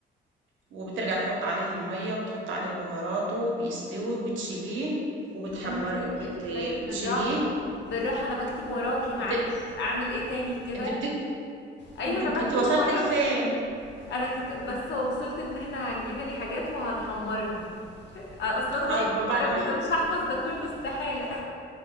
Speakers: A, on the right; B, on the left.
A: وبترجع تحط عليه المية وبتحط عليه بهاراته وبيستوي وبتشيليه وبتحمر
B: استني استني
A: وبت...
B: استني
A: بتشيليه
B: بالراحة بالراحة أنا بكتب وراكي معلش
A: انت
B: أعمل إيه تاني كده
A: انت بتك...
B: أيوة
A: انت
B: أنا
A: بت...
B: بكتب
A: انت وصلت
B: وراكي
A: لفين
B: انا كنت بس وصلت ان احنا هنجيب الحاجات وهنحمرها اصلا انا
A: طيب
B: بكتب
A: بعد
B: مدرسة
A: ما
B: انا مش هحفظ ده كله استحالة